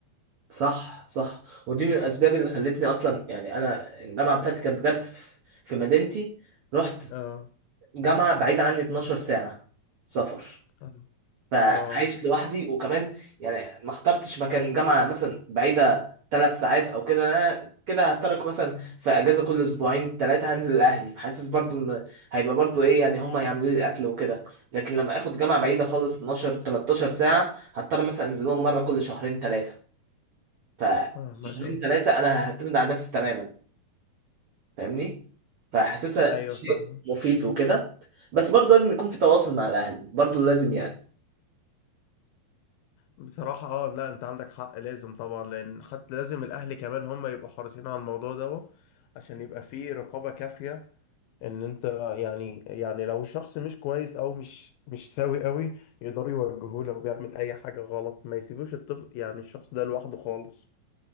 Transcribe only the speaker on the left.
اه
اه
آه،
فاهمك
اه
أيوه
فاهمك
بصراحة اه لا انت عندك حق لازم طبعا لان حتى لازم الاهل كمان هم يبقوا حريصين على الموضوع ده عشان يبقى فيه رقابة كافية ان انت يعني يعني لو الشخص مش كويس او مش مش سوي قوي يقدروا يوجهوه لو بيعمل اي حاجة غلط ما يسيبوش الطفل يعني الشخص ده لوحده خالص